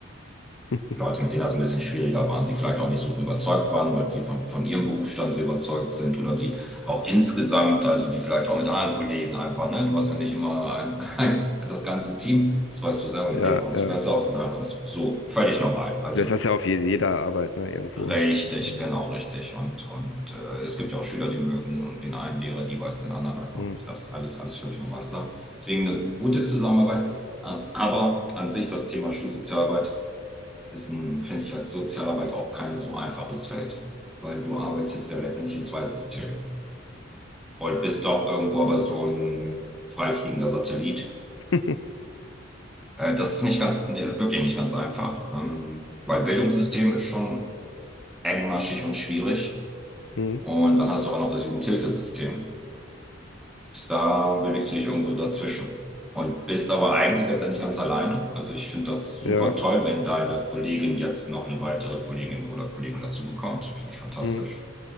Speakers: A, on the left; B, in the centre.
A: <laughs>
B: Leute, mit denen das ein bisschen schwieriger waren, die vielleicht auch nicht so überzeugt waren oder die von, von ihrem Berufsstand so überzeugt sind oder die auch insgesamt, also die vielleicht auch mit anderen Kollegen einfach, ne? Du hast ja nicht immer ein, ein, das ganze Team, das weißt du selber,
A: Ja,
B: mit denen kommst
A: ja.
B: du besser aus, mit anderen kommst du so völlig normal. Also
A: Das hast du ja auf je- jeder Arbeit, ne, irgendwo.
B: richtig,
A: Ja.
B: genau richtig. Und, und äh, es gibt ja auch Schüler, die mögen den einen Lehrer lieber als den anderen. Also
A: Hm.
B: auch das alles, alles völlig normale Sachen. Deswegen eine gute Zusammenarbeit. Äh, Aber an sich das Thema Schulsozialarbeit ist ein, finde ich, als Sozialarbeit auch kein so einfaches Feld, weil du arbeitest ja letztendlich in zwei Systemen und bist doch irgendwo aber so ein freifliegender Satellit.
A: <laughs>
B: Äh, das ist nicht ganz, nee, wirklich nicht ganz einfach, ähm, weil Bildungssystem ist schon engmaschig und schwierig
A: Hm,
B: und dann hast du aber noch das Jugendhilfesystem. Da bewegst du dich irgendwo so dazwischen. Und bist aber eigentlich letztendlich ganz alleine. Also ich finde das super
A: ja.
B: toll, wenn deine Kollegin jetzt noch eine weitere Kollegin oder Kollegen dazu bekommt. Finde ich fantastisch.
A: Hm.